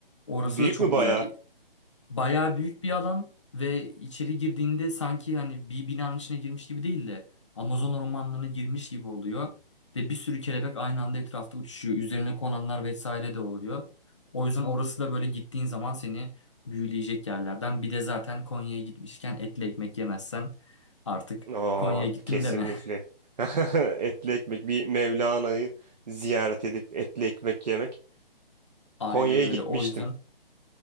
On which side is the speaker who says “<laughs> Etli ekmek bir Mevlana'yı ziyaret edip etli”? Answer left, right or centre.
Right